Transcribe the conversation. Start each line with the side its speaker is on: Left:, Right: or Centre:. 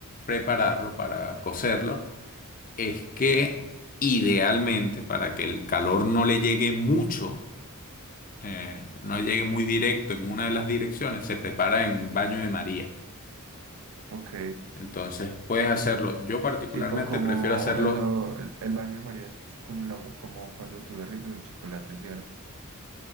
Left: prepararlo, para cocerlo, es que idealmente, para que el calor no le llegue mucho, eh, no llegue muy directo en una de las direcciones, se prepara en baño de María.
Right: Ok,
Left: Entonces puedes hacerlo. Yo particularmente
Right: tipo como
Left: prefiero hacerlo
Right: eso, el, el baño de María es como, la, mu- como cuando tú derrites el chocolate, ¿cierto?